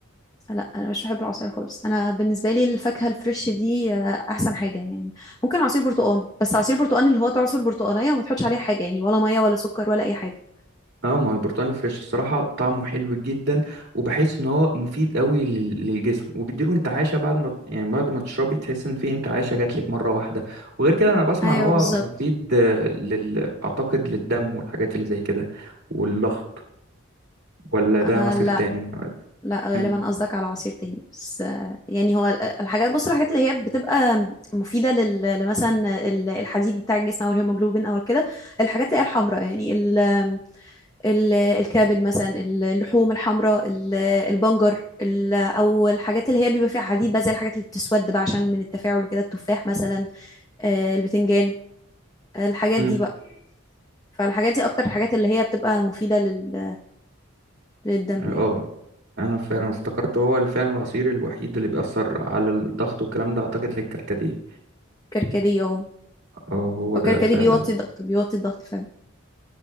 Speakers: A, on the left (about 20°); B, on the right (about 60°).
A: لا انا مش بحب العصاير خالص انا بالنسبه لي الفاكهه الفريش دي آه، احسن حاجه يعني ممكن عصير برتقال بس عصير برتقال اللي هو تعصر برتقانيه وما تحطش عليه حاجه يعني ولا ميه ولا سكر ولا اي حاجه
B: اه ما هو البرتقال الفريش الصراحة طعمه حلو جدا وبحس ان هو مفيد قوي لل- للجسم وبيديله انتعاشة بعد ما يعني بعد ما تشربي تحس ان في انتعاشة جات لك مرة واحدة وغير كده انا بسمع
A: ايوه
B: ان هو
A: بالظبط
B: مفيد آه، لل اعتقد للدم والحاجات اللي زي كده والضغط ولا ده
A: آه،
B: عصير
A: لا
B: تاني
A: لا غالبا
B: امم
A: قصدك على عصير تاني بس آه، يعني هو ال- الحاجات بص الحاجات اللي هي بتبقى مفيدة لل- لمثلا ال- الحديد بتاع الجسم او الهيموجلوبين او كده الحاجات اللي هي الحمراء يعني ال ال الكبد مثلا ال- اللحوم الحمراء ال- البنجر ال- او الحاجات اللي هي بيبقى فيها حديد بقى زي الحاجات اللي بتسود بقى عشان من التفاعل وكده التفاح مثلا آه، البتنجان الحاجات
B: امم
A: دي بقى فالحاجات دي اكتر الحاجات اللي هي بتبقى مفيدة لل للدم
B: اه
A: يعني
B: انا فعلا افتكرت هو فعلا العصير الوحيد اللي بيأثر على الضغط والكلام ده اعتقد الكركديه
A: كركديه اه
B: اه هو
A: او كركديه
B: ده فعلا
A: بيوطي الضغط بيوطي الضغط فعلا